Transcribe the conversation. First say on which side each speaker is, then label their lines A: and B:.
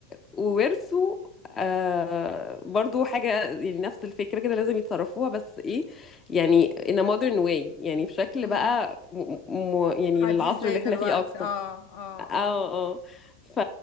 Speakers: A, on the left; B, on the left.
A: وورثوا آه برضو حاجه يعني نفس الفكره كده لازم يتصرفوها بس ايه يعني in a modern way يعني بشكل
B: امم
A: بقى م... م... يعني
B: حديث
A: للعصر
B: زي
A: اللي
B: دلوقتي
A: احنا فيه اكتر
B: اه اه
A: اه
B: اه
A: اه ف...